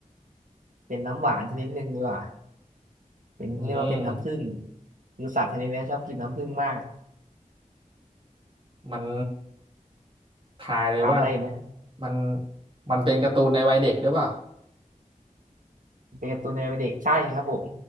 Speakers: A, on the right; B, on the right.
A: เป็นน้ำหวานชนิดหนึ่งดีกว่า เป็นเรียกว่าเป็นน้ำผึ้ง
B: อืม
A: คือสัตว์ชนิดนี้ชอบกินน้ำผึ้งมาก
B: มันทายเลยว่า
A: ถามอะไรไหม
B: มันมันเป็นการ์ตูนในวัยเด็กหรือเปล่า
A: เป็นการ์ตูนในวัยเด็กใช่ครับผม